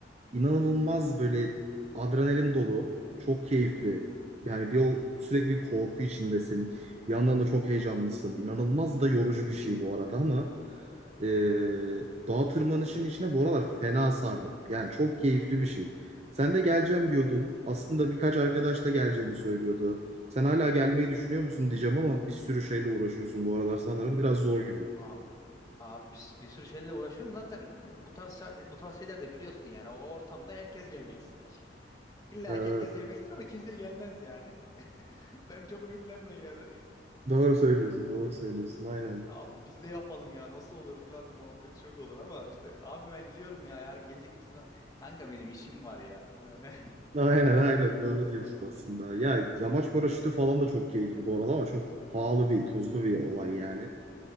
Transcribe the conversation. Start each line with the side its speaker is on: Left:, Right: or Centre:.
Right: İnanılmaz böyle adrenalin dolu. Çok keyifli. Yani bir o sürekli bir korku içindesin. Bir yandan da çok heyecanlısın. İnanılmaz da yorucu bir şey bu arada ama Ee, dağ tırmanışının içine bu aralar fena sardım. Yani çok keyifli bir şey. Sen de geleceğim diyordun. Aslında birkaç arkadaş da geleceğini söylüyordu. Sen hala gelmeyi düşünüyor musun diyeceğim ama bir sürü şeyle uğraşıyorsun bu aralar sanırım. Biraz zor gibi.
Left: A- Abi bir, s- bir sürü şeylerle uğraşıyorum zaten bu tarz bu tarz şeyler de biliyorsun yani o ortamda herkes gelmek ister. İlla
Right: Evet.
Left: ki herkes gelmek ister ama kimse gelmez yani. <laughs> Sen çok ümitlenme yine de.
Right: Doğru söylüyorsun, doğru söylüyorsun. Aynen.
Left: Abi biz de yapalım ya nasıl olur falan muhabbeti çok olur ama işte abi ben gidiyorum ya yarın gelecek misin? falan. Kanka benim işim var ya. Öyle mi?
Right: Aynen, aynen. Doğru diyorsun aslında. Ya yamaç paraşütü falan da çok keyifli bu arada ama çok pahalı bir, tuzlu bir olay yani.